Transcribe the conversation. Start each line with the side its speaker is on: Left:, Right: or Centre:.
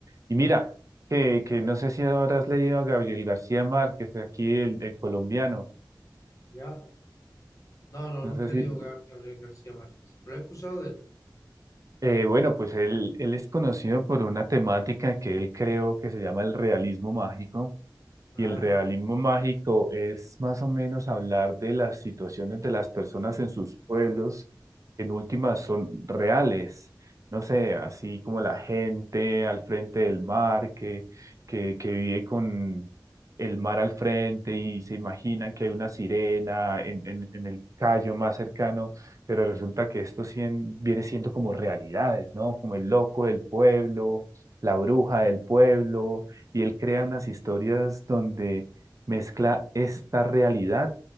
Right: Y mira, que, que no sé si ahora has leído a Gabriel García Márquez, aquí el, el colombiano.
Left: ¿ya? No, no,
Right: No
Left: nunca
Right: sé
Left: he
Right: si...
Left: leído Gab- Gabriel García Márquez, pero he escuchado de él.
Right: eh, bueno, pues él, él es conocido por una temática que él creó que se llama el realismo mágico.
Left: Ah,
Right: Y el realismo mágico es más o menos hablar de las situaciones de las personas en sus pueblos, en últimas son reales, no sé, así como la gente al frente del mar, que, que, que vive con el mar al frente y se imaginan que hay una sirena en, en, en el callo más cercano, pero resulta que esto sien- viene siendo como realidades, ¿no? Como el loco del pueblo, la bruja del pueblo y él crea unas historias donde mezcla esta realidad